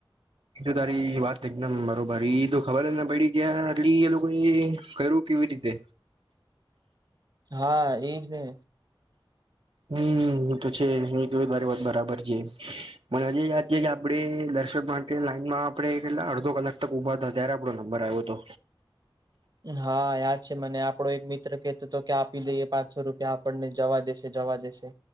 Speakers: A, on the right; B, on the right.
A: એ તો તારી વાત એકદમ બરોબર ઈ તો ખબર જ ના પડી કે આટલી એ લોકો એ કર્યું કેવી રીતે.
B: હા એજ ને.
A: હમમ એ તો છે એ તમારી વાત બરાબર છે. મને હજી યાદ છે કે આપડે દર્શક માટે લાઈનમાં આપડે કેટલા અડધો કલાક તક ઉભાતા. ત્યારે આપણો નંબર આવ્યો તો.
B: હા યાદ છે મને આપડો એક મિત્ર કેતો તો કે આપી દઈએ પાંનસો રૂપિયા આપણને જવા દેશે. તે જવા દેશે